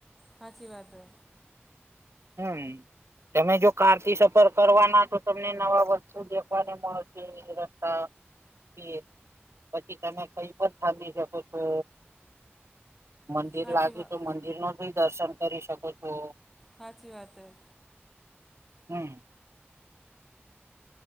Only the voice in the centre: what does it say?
હાચી વાત હે.
સાચી
વાત
હાચી વાત હૈ.